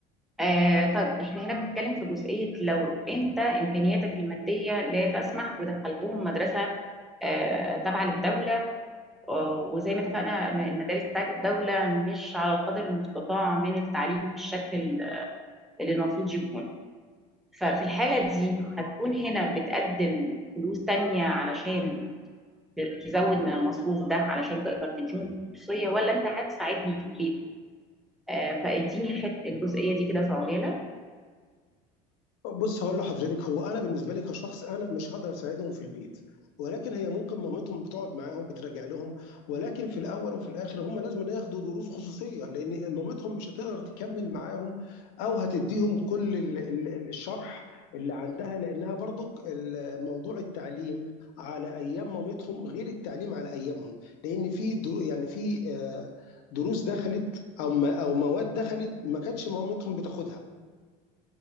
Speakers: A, in the centre; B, on the left (about 70°).
A: آه طب احنا هنا بنتكلم في جزئية لو انت امكانياتك المادية لا تسمح ودخلتهم مدرسة آه تابعة للدولة آه وزي ما اتفقنا المدارس بتاعت الدولة مش على القدر المستطاع من التعليم بالشكل اللي المفروض يكون ففي الحالة دي هتكون هنا بتقدم فلوس تانية علشان تزود من المصروف ده علشان تقدر تديهم خصوصية ولا انت هتساعدني في البيت آه فاديني الحت- الجزئية دي كده في عجالة
B: بُص هاقول لحضرتك، هو أنا بالنسبة لي كشخص أنا مش هاقدر أساعدهم في البيت، ولكن هي ممكن مامتهم بتقعد معاهم بتراجع لهم، ولكن في الأول وفي الآخر هم لازمًا ياخدوا دروس خصوصية، لإن مامتهم مش هتقدر تكمّل معاهم أو هتدّيهم كل ال ال ال الشرح اللي عندها، لإنها برضُك ال موضوع التعليم على أيام مامتهم غير التعليم على أيامهم، لإن في درو يعني في آآ دروس دخلِت أو م أو مواد دخلِت ما كانتش مامتهم بتاخدها.